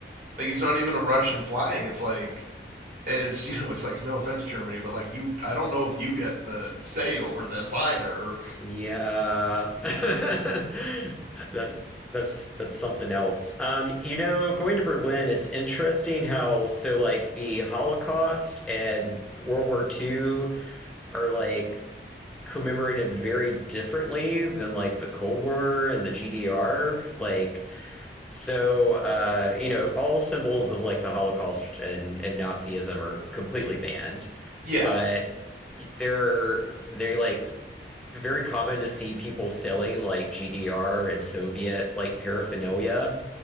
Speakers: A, on the right; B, in the centre.
A: like it's not even a Russian flag. It's like and it's <laughs> you know it's like no offense Germany, but like you, I don't know if you get the say over this either.
B: Yeah. <laughs> That's that's that's something else. Um, you know, going to Berlin, it's interesting how so like the Holocaust and World War II are like commemorated very differently than like the Cold War and the GDR. Like So, uh, you know, all symbols of like the Holocaust and, and Nazism are completely banned,
A: Yeah.
B: but they're they like very common to see people selling like GDR and Soviet like paraphernalia,